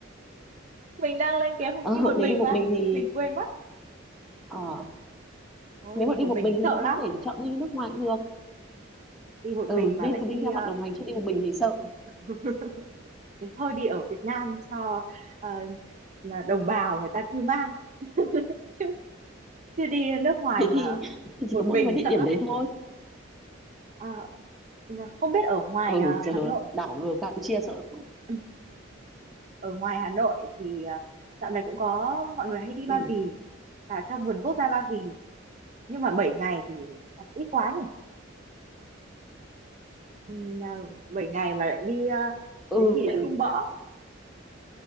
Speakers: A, on the right; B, in the centre.
A: mình đang lên kế hoạch
B: ờ
A: đi một
B: nếu
A: mình
B: đi một
A: mà
B: mình thì
A: mình quên mất
B: ờ,
A: thôi
B: nếu
A: đi
B: mà đi
A: một
B: một
A: mình
B: mình thì
A: sợ
B: cũng
A: lắm
B: có thể chọn đi nước ngoài cũng được
A: đi một
B: ừ
A: mình
B: nên
A: mà lại
B: có đi
A: đi
B: theo bạn đồng hành chứ đi một mình thì sợ
A: ờ, thế thôi đi ở Việt Nam cho ờ, là đồng bào người ta kêu mang <laughs> chứ chứ đi nước ngoài
B: thế
A: mà
B: thì, thì chỉ
A: một
B: có mỗi
A: mình
B: mấy địa điểm
A: sợ lắm
B: đấy thôi
A: Ờ, không biết ở ngoài
B: ừ
A: à,
B: giờ
A: Hà Nội
B: đảo lừa Campuchia sợ lắm.
A: ừ, ở ngoài Hà Nội thì à, dạo này cũng có mọi người hay đi
B: ừ
A: Ba Vì cả trong vườn quốc gia Ba Vì nhưng mà 7 ngày thì à, ít quá nhỉ Ừm, à, 7 ngày mà lại đi à,
B: ừ
A: đấy thì
B: mình
A: lại không bỏ